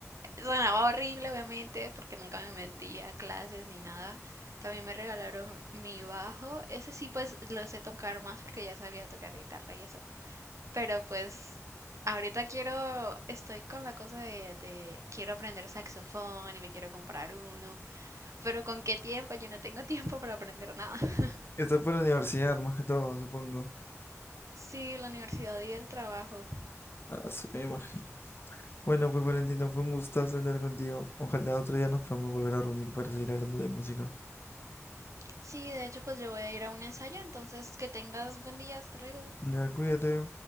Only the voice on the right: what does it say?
sonaba horrible, obviamente, porque nunca me metí a clases ni nada. También me regalaron mi bajo. Ese sí, pues lo sé tocar más porque ya sabía tocar guitarra y eso Pero pues ahorita quiero, estoy con la cosa de, de quiero aprender saxofón y me quiero comprar uno, pero ¿con qué tiempo? Yo no tengo <laughs> tiempo para aprender nada. <laughs>
Sí, la universidad y el trabajo.
Sí, de hecho, pues yo voy a ir a un ensayo, entonces que tengas buen día, hasta luego.